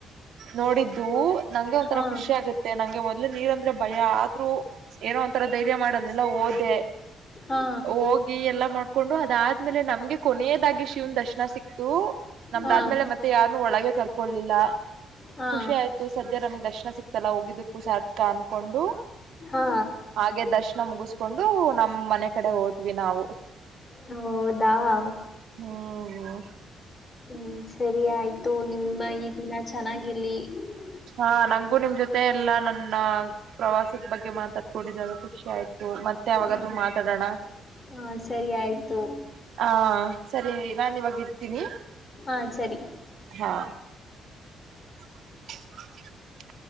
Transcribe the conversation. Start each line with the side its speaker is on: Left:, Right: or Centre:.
Right: ನೋಡಿದ್ದು ನಂಗೆ ಒಂಥರ
Left: ಹಾ
Right: ಖುಷಿ ಆಗುತ್ತೆ ನಂಗೆ ಇಲ್ಲ ನೀರ್ ಅಂದ್ರೆ ಭಯ ಆದ್ರೂ ಏನೋ ಒಂತರ ಧೈರ್ಯ ಮಾಡದಿಲ್ಲ ಓದೆ
Left: ಹಾ
Right: ಹೋಗಿ ಎಲ್ಲಾ ಮಾಡ್ ಕಕೊಂಡು ಅದಾದ್ಮೇಲೆ ನಮ್ಗೆ ಕೊನೆಯದಾಗಿ ಶಿವ್ನ ದರ್ಶನ ಸಿಕ್ತು ನಮ್ದಾದ್ಮೇಲೆ
Left: ಹಾ
Right: ಮತ್ತೆ ಯಾರನ್ನು ಒಳಗೆ ಕರ್ಕೊಳ್ಲಿಲ್ಲ
Left: ಹಾ
Right: ಖುಷಿ ಆಯ್ತು ಸದ ನಮಗೆ ದರ್ಶನ ಸಿಕ್ತಲ್ಲ ಹೋಗಿದಕ್ಕೂ ಸಾರ್ಥಕ ಅನ್ಕೊಂಡು
Left: ಹಾ
Right: ಹಾಗೆ ದರ್ಶನ ಮುಗಿಸ್ಕೊಂಡು ನಮ್ ಮನೆ ಕಡೆ ಓಟ್ವಿ ನಾವು-
Left: ಹೌದಾ
Right: ಹ್ಮ್
Left: ಹ್ಮ್ ಸರಿ ಆಯ್ತು ನಿಮ್ಮ ಈ ದಿನ ಚೆನ್ನಾಗಿ ಗಲಿ <unintelligible>
Right: ಹಾ ನಂಗಗೂ ನಿಮ್ ಜೊತೆ ಎಲ್ಲ ನನ್ನ ಪ್ರವಾಸಿದ ಬಗ್ಗೆ ಮಾತಾಡ್ಕಡಿದರು ಖುಷಿ ಆಯ್ತು ಮತ್ತೆ ಯಾವಾಗದುೂ
Left: ಹಾ
Right: ಮಾತಾಡೋಣ
Left: ಹಾ ಸರಿ ಆಯ್ತು
Right: ಆ ಸರಿ ನಾನ್ ಇವಾಗ ಇಡ್ತೀನಿ
Left: ಹಾ ಸರಿ
Right: ಹಾ <inaudible>